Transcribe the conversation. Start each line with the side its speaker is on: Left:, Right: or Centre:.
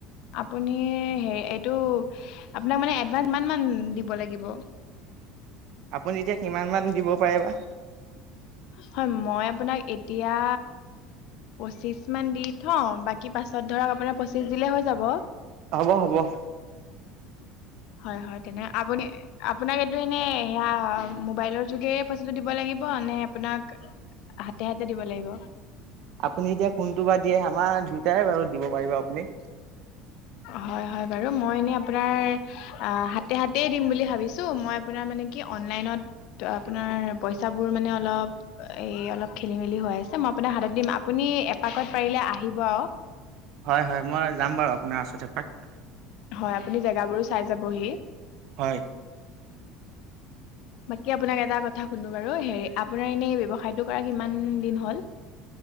Left: আপ আপুনি হে এইটো আপোনাক মানে এডভাঞ্চ কিমানমান দিব লাগিব?
Right: আপুনি এতিয়া কিমানমান দিব পাৰে বা।
Left: হয়, মই আপোনাক এতিয়া পচিছমান দি থও, বাকী পাছত ধৰক আপোনাৰ পঁচিছ দিলে হৈ যাব।
Right: হ'ব হ'ব।
Left: হয় হয় তেনে আপুনি আপোনাক এইটো এনে সেয়া মোবাইলৰ যোগে পইচাটো দিব লাগিব নে আপোনাক হাতে হাতে দিব লাগিব?
Right: আপুনি এতিয়া কোনটো বা দিয়ে আমাৰ দুয়োটাই বাৰু দিব পাৰিব আপুনি।
Left: হয় হয় বাৰু, মই এনে আপোনাৰ আ হাতে - হাতে দিম বুলি ভাবিছো, মই আপোনাৰ মানে কি অনলাইনত ত আপোনাৰ পইচাবোৰ মানে অলপ এই অলপ খেলি - মেলি হৈ আছে, মই আপোনাক হাতত দিম, আপুনি এপাকত পাৰিলে আহিব আৰু।
Right: হয় হয়, মই যাম বাৰু আপোনাৰ ওচৰত এপাক।
Left: হয় আপুনি জেগাবোৰো চাই যাবহি।
Right: হয়।
Left: বাকী আপোনাক এটা কথা শুধো বাৰু হে আপোনাৰ এনেই ব্যয়ৱসায়টো কৰা কিমান দিন হ'ল?